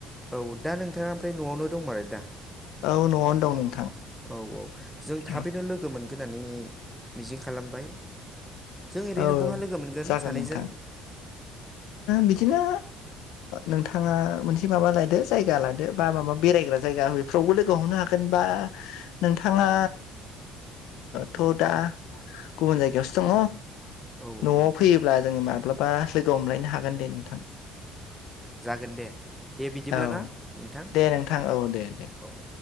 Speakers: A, in the centre; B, on the left.
A: औ दा नोंथाङा ओमफ्राय न'आवनो दंमारो दा
B: औ न'आवनो दं नोंथां
A: औ औ जों थाबैनो
B: औ
A: लोगो मोनगोन होननानै मिजिं खालामबाय जों ओरैनो
B: औ औ
A: बहा लोगो मोनगोन
B: जागोन
A: सानैजों
B: नोंथां बिदिनो नोंथाङा मोनसे माबा लादो जायगा लादो बा माबा बेरायग्रा जायगा बेफ्रावबो लोगो हमनो हागोना बा दा नोंथाङा थ' दा गुबुन जायगायावसो दङ।
A: औ औ
B: न'आव
A: नोंथां
B: फैयोब्ला जोङो माब्लाबा लोगो हमलायनो हागोन दे नोंथां
A: दोन दे। दे बिदिब्ला
B: औ
A: ना नोंथां
B: दे नोंथां औ दे दे।
A: औ औ